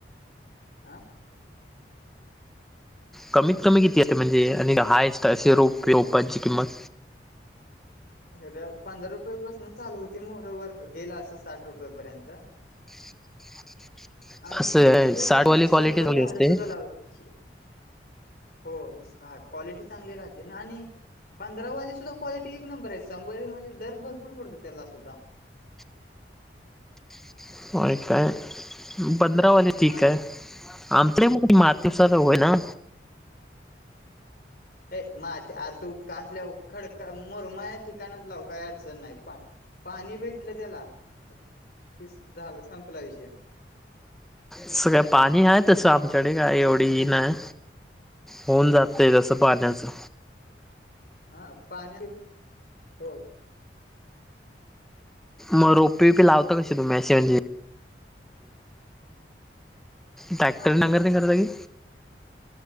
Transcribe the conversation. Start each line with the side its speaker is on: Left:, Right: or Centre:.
Left: आ?
Centre: कमीत कमी किती असते, म्हणजे आणि हायस्ट असे रोप रोपांची किंमत?
Left: र पंधरा रुपयेपासून चालू होती, मोहरो वर गेलं असं साठ रुपये पर्यंत.
Centre: <inaudible>
Left: आणि
Centre: असं आहे,
Left: तू
Centre: साठ
Left: काय
Centre: वाली
Left: ना शंभर
Centre: क्वालिटी चांगली
Left: झाडं
Centre: असते
Left: सुुद्धा लाव श हो तस क्वालिटी चांगली राहते ना आणि पण धंरावाली सुद्धा क्वालिटी एक नंबर आहे, <unintelligible> म्हणजे दर भरपूर पडतो त्याला सुद्धा.
Centre: <inaudible> होय काय? म पंधरावाले ठीक
Left: हा
Centre: आहे, आंत्र मातिसा तर
Left: हा
Centre: होय ना.
Left: अय मग आ ते आर तु कासल्या खडक मुरमाच्या ठिकाणात लाव काही अडचण नाही. पा पाणी भेटलं त्याला कि स झालं संपला विषय मग.
Centre: सगळं पाणी आहे तसं आमच्याडे काय एवढं ही नाही. होऊन जातंय तसं पाण्याचं.
Left: हा पाण्या हो.
Centre: मग रोपी वीपी लावता कशी तुम्ही? असे म्हणजे ट्रॅक्टर
Left: आलं
Centre: नांगरणी करता की